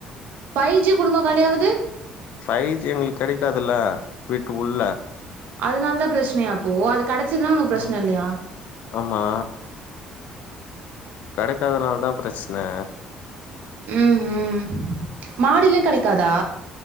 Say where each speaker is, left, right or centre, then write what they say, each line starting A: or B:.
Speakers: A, on the right; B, on the left.
A: ஃபைவ் ஜி குடும்மா காலியாவுது
B: ஃபைவ் ஜி இவுங்ளுக் கெடைக்காதுல்ல வீட்டு உள்ள
A: அதுனால தா பிரச்சனையா இப்போ அது கடச்சதுன்னா
B: ஆமா
A: உனக்கு பிரச்சன இல்லயா
B: ஆமா கடைக்காதனால தா பிரச்சனா
A: ம் ம் மாடியிலு கடைக்காதா